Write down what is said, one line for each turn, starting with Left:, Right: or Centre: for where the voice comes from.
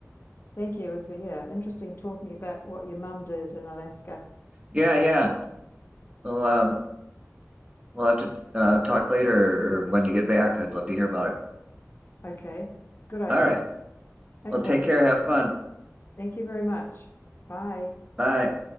Left: Thank you. It was, uh, yeah, interesting talking about what your mum did in Alaska.
Right: yeah, yeah. Well, um, we'll have to uh, talk later or when you get back. I'd love to hear about it.
Left: Okay, good idea.
Right: All right.
Left: Okay,
Right: Well, take care. Have fun.
Left: thank you very much. Bye.
Right: Bye.